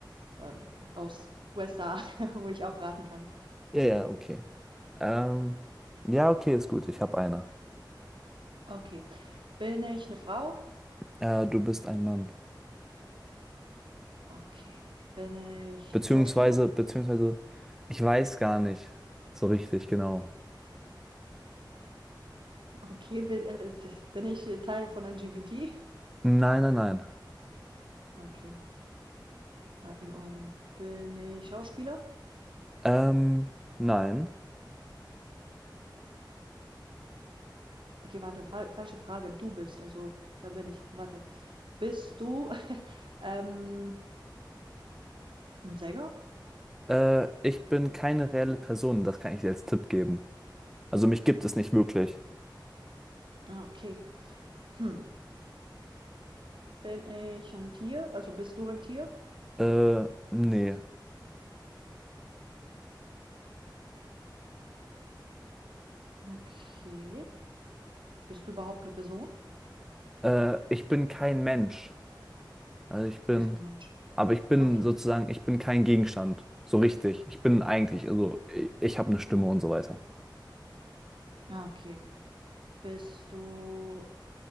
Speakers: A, on the right; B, in the centre.
A: ähm, aus USA, <laughs> wo ich auch raten kann.
B: Ja, ja, okay. Ähm, ja, okay, ist gut, ich habe eine.
A: Okay. Bin ich eine Frau?
B: Äh, du bist ein Mann.
A: Okay. Bin ich
B: Beziehungsweise,
A: Schauspieler? <laughs>
B: beziehungsweise, ich weiß gar nicht so richtig genau.
A: Okay. Bin, äh, das, bin ich äh, Teil von LGBT?
B: Nein, nein, nein.
A: Okay. Äh, in Ordnung. Bin ich Schauspieler?
B: Ähm, nein.
A: Okay, warte, fa falsche Frage. Du bist, also, wer bin ich? Warte. Bist du <laughs> ähm, ein Sänger?
B: Äh, ich bin keine reelle Person, das kann ich dir als Tipp geben. Also mich gibt es nicht wirklich.
A: Ah, okay. Hm. Bin ich ein Tier? Also bist du ein Tier?
B: Äh, nee.
A: Okay. Bist du überhaupt eine Person?
B: Äh, ich bin kein Mensch. Also ich bin,
A: Du bist kein Mensch.
B: aber ich bin
A: Okay.
B: sozusagen, ich bin kein Gegenstand. So richtig. Ich bin eigentlich, also ich, ich habe eine Stimme und so weiter.
A: Ja, okay. Bist du